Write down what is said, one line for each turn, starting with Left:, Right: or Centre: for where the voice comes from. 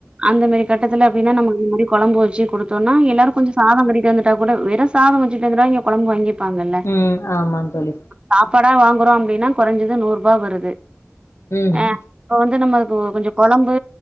Right: அந்தமாரி கட்டத்துல அப்டின்னா நம்ம ஒரு மூடி கொழம்பு வெச்சு குடு தோனா எல்லாரு கொஞ்ஜோ சாதோ கட்டிட்டு வந்துட்டாகூட வெறு சாதோ கொஞ்சோ இங்க குழம்பு வாங்கிப் பாங்கல்ல
Left: ம் ஆமா தோழி
Right: சாப்பாடா வாங்குறோ அப்டினா கொறஞ்சது நூறுபா வருது
Left: ம்
Right: ஆ இப்ப வந்து நம்ம இப்போ கொஞ்ஜோ கொழம்பு